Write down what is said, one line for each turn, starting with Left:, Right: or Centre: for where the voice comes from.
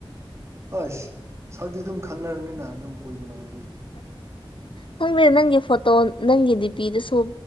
Right: ꯍꯁ ꯁꯛꯇꯤ ꯑꯗꯨꯝ ꯈꯪꯅꯔꯕꯅꯤꯅ ꯑꯗꯨꯝ ꯀꯨꯏꯅ ꯂꯩꯔꯗꯤ
Left: ꯈꯪꯗꯦ ꯅꯪꯒꯤ ꯐꯣꯇꯣ ꯅꯪꯒꯤ ꯗꯤ ꯄꯤꯗ ꯁꯨꯦ